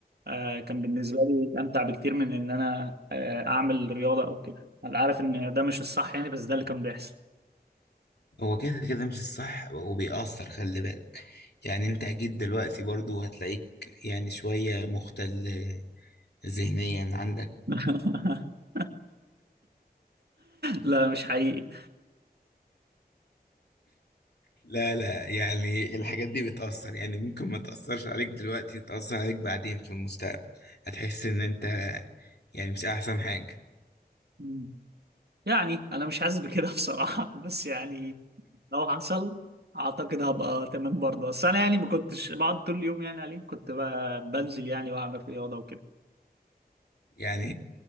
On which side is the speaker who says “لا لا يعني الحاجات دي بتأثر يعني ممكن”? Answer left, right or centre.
Left